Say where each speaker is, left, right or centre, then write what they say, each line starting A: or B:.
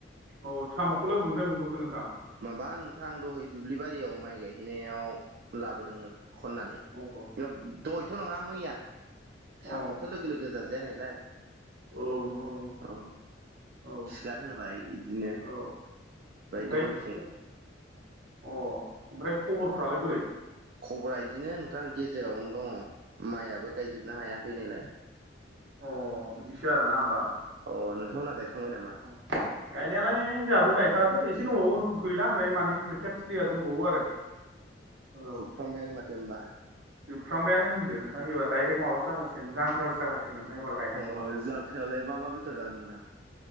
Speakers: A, on the right; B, on the right.
A: औ साम'खौलाय अबेनिफ्राय मोनबोखो नोंथां?
B: माबा नोंथां आं दहाय दुब्लिबारियाव माइ गायहैनायाव लाबोदोंमोन। खननानै
A: अ
B: <unintelligible> दहयथ' नङा मैया साम'थ'
A: अ
B: लोगो लोगो जाजायानायलाय
A: औ नंगौ नंगौ नोंथां
B: ओम
A: औ
B: सिगार होबाय इदिनो <unintelligible>
A: औ ओमफ्राय
B: दहय
A: ख अ ओमफ्राय खबरफ्रालाय बोरै
B: खबरा इदिनो नोंथां गेजेरावनो दङ' माइयाबो गायजोबनो हायाखै नालाय।
A: अ बिदिसो आरो ना होमबा।
B: अ नोंथांमोनहा गायखांबाय नामा?
A: <unintelligible> गायनायालाय जोंहाबो गायखाङाखै एसे दंबावो गैला होनजायो माने खोथिया थिलिया दंबावो आरो औ।
B: फुखांबायानो माथो होमबा
A: जोबफ्रामबायानो होनदो नोंथां एबार डाइरेक् माबा जाखासिगोन जांख्रासो जाखासिगोन नोंथां एबार गायनांगौबा।
B: अ जांख्रायावलाय मा मा बेदर जागोन नोंथां?